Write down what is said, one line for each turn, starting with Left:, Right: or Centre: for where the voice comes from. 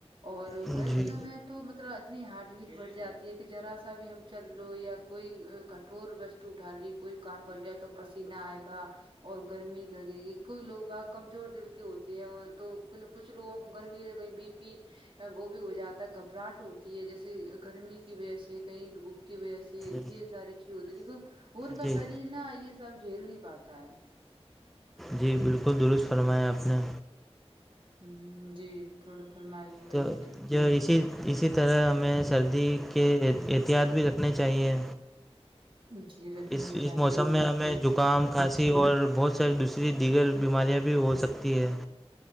Right: اور
Centre: جی
Right: گرمیوں میں تو مطلب اتنی ہارڈ بیٹ بڑھ جاتی ہے کہ ذرا سا بھی ہم چل لو یا کوئی کٹور و اٹھا لی کوئی کام ب لیا تو پسیینہ آئے گا اور گرمی لگے گی کوئی لوگ آ کمزور دل کے ہوتے ہیں تو کچھ لوگوں کو گرمی کہیں بی پی وہ بھی ہو جاتا ہے گھبراہٹ ہوتی ہے جیسے گرمی کی وجہ سے کہیں د کی وجہ سے
Centre: جی
Right: یہ ساری چیز ہوتی ہے کیونکہ وہ ان کا
Centre: جی
Right: شریر نا یہ سب جھیل نہیں پاتا ہے
Centre: جی بالکل درست فرمایا آپ نے
Right: ہ جی تھوڑا فرمائیے بھیا
Centre: تو
Right: جی
Centre: جو اسی اسی طرح ہمیں سردی کے احتیاط بھی رکھ نے چاہیے
Right: جی رکھنے
Centre: اس
Right: چاہیے
Centre: اس موسم
Right: بالکل
Centre: میں ہمیں زکام کھانسی اور بہت ساریے دوسرے اتری دیگر بیماریاں بھی ہو سکتی ہیں